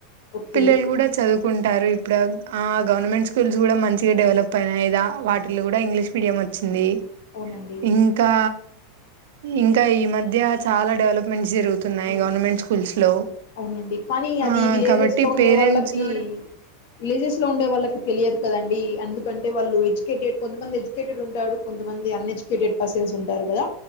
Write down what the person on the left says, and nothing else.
ఓకే
అవునండి
అవును
అవునండి కానీ అది
విలేజెస్
లో ఉండే
వాళ్ళకి
విలేజెస్ లో ఉండే వాళ్ళకి తెలియదు కదండి ఎందుకంటే వాళ్ళు ఏజ్ కేటెడ్ కొంతంది ఎడ్యుకేటెడ్ ఉంటారు కొంతమంది అన్ ఎడ్యుకేటెడ్ పర్సన్స్ ఉంటారు కదా